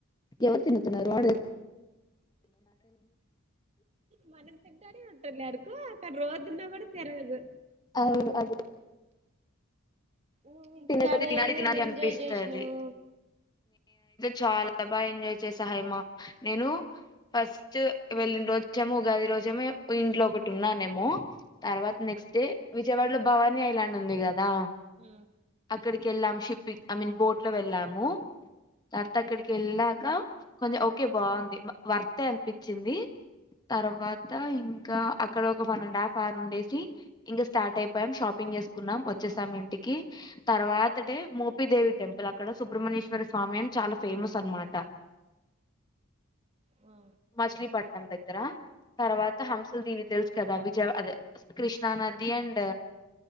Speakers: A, on the left (about 20°); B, on the right (about 30°).
A: ఎవరు తినతున్నారు <inaudible>
B: మనం తింటనే ఉంటులే అడుకు అక్కడ రోజున్నా కూడా తిరగదు
A: అవును <inaudible>
B: నువ్వు ఇంటికాడ
A: తిన తినాల తినాలీ
B: ఏమేమి
A: తినాలి
B: ఎంజాయ్
A: అనిపిస్తది
B: చేసినవ్
A: చాలా బా ఎంజాయ్ చేసా హైమా నేను ఫస్ట్ వెళ్ళిన రోజేమో గానీ ఈ రోజేమో ఇంట్లో ఒకటి ఉన్నానేమో తర్వాత నెక్స్ట్ డే విజయవాడలో భవానీ ఐలాండ్ ఉంది కదా
B: ఆ
A: అక్కడికి వెళ్ళాం షిప్పింగ్ ఐ మీన్ బోట్ లో వెళ్ళాము <unintelligible> అక్కడికి వెళ్ళాక కొంచెం ఓకే బాగుంది వర్తే అనిపించింది తర్వాత ఇంకా అక్కడ ఒక వన్ అండ్ హాఫ్ అవర్ ఉండేసి ఇంకా స్టార్ట్ అయిపోయాం షాపి పింగ్ చేసుకున్నాం వచ్చేసామ్ ఇంటికి తర్వాతే మోపిదేవి టెంపుల్ అక్కడ సుబ్రహమన్యే ్వర స్వామీ అని చాలా ఫేమస్ అనమాట
B: ఆ
A: మచిలీపట్నం దగ్గర తర్వాత హంసల్ దీవి తెలుసు కదా విజయ్ అదే క్రిష్ణా నది అండ్